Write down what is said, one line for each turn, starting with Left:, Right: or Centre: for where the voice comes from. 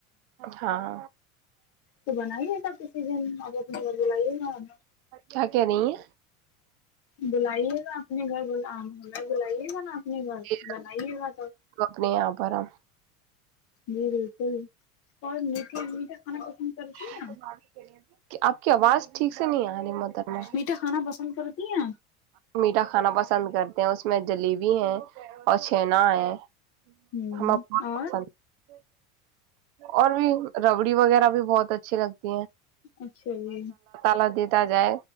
Right: ہاں
Left: تو بنائیے گا کسی دن اب اپنے گھر بلائیے گا ہمیں
Right: کیا کہہ رہی
Left: بلائیے گا اپنے گھر ہمیں بلائیے گا نا اپنے گھر
Right: ہیں
Left: بنائیے گا تو
Right: اپنے یہاں پر ہم
Left: جی بالکل اور میٹھے میٹھا کھانا پسند کرتی
Right: توم
Left: ہیں آپ
Right: کے لیے کہ آپ کی آواز ٹھیک سے نہیں آنے مدر میں
Left: میٹھا کھانا پسند کرتی ہیں
Right: میٹھا کھانا بس پسند کرتے ہیں اس میں جلیبی ہیں اور چھنا ہے
Left: آپ
Right: ہمیں بہت
Left: ہوں اور
Right: پسند اور بھی ربڑ وغیرہ بھی بہت کچ لگ
Left: اچھا جی
Right: <unintelligible> تا جائے